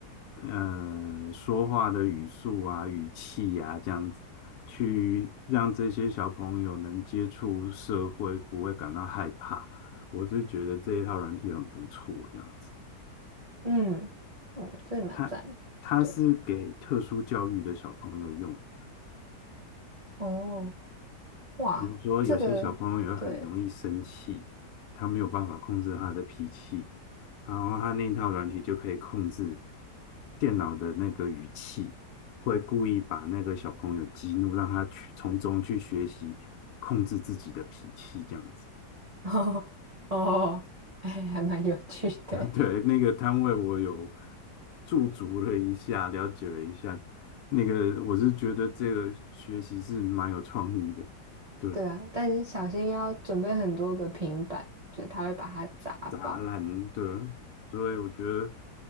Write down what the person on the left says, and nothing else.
呃，说话的语速啊、语气啊，这样子，去让这些小朋友能接触社会，不会感到害怕。我是觉得这一套软体很不错，这样子。
它它是给特殊教育的小朋友用的，
比如说有些小朋友很容易生气，
他没有办法控制他的脾气，然后他那一套软体就可以控制电脑的那个语气，会故意把那个小朋友激怒，让他去从中去学习控制自己的脾气，这样子。
<laughs> 对，那个摊位我有驻足了一下，了解了一下。那个我是觉得这个学习是蛮有创意的，对，
杂烂，的，所以我觉得